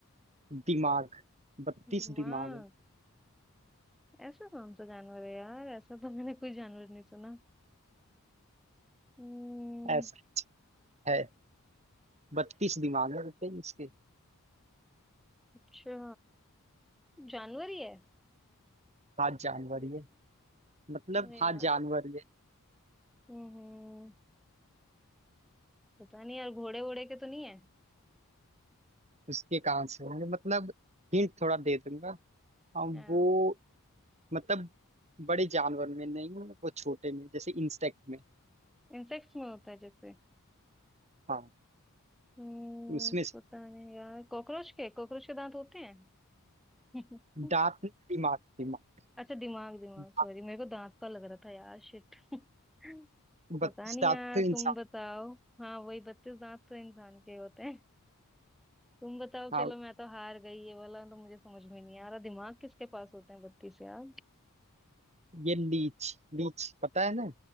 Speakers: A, on the right; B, in the centre.
A: दिमाग बत्तीस
B: दिमाग
A: दिमाग है
B: ऐसा कौन सा जानवर है यार ऐसा तो मैंने कोई जानवर नहीं सुना हम्म
A: ऐसा है बत्तीस दिमाग है बताइए इसके
B: अच्छा जानवर ही है
A: हाँ जानवर ये मतलब
B: अरे
A: हाँ
B: यार
A: जानवर ये
B: हम्म हम्म। पता नहीं यार घोड़े वोड़े के तो नहीं है
A: उसके कहाँ से होंगे मतलब हिंट थोड़ा दे दूंगा हाँ,
B: हाँ
A: वो मतलब बड़े जानवर में नहीं है वो छोटे में जैसे इंसेक्ट में
B: इंसेक्ट्स में होता है जैसे
A: हाँ
B: हम्म
A: उसमें से-
B: पता नहीं यार कॉकरोच के कॉकरोच के दांत होते हैं <laughs>
A: दांत नहीं, दिमाग दिमाग
B: अच्छा दिमाग दिमाग
A: दांत-
B: सॉरी मेरे को दांत का लग रहा था यार शिट <laughs>
A: बत्तीस
B: पता नहीं
A: दांत
B: यार
A: तो इंसान
B: तुम बताओ हाँ वही बत्तीस दांत तो इंसान के होते हैं तुम बताओ
A: हाँ
B: चलो मैं तो हार गई ये वाला तो मुझे समझ में नहीं आ रहा दिमाग किसके पास होते हैं बत्तीस यार
A: ये लीच लीच पता है ना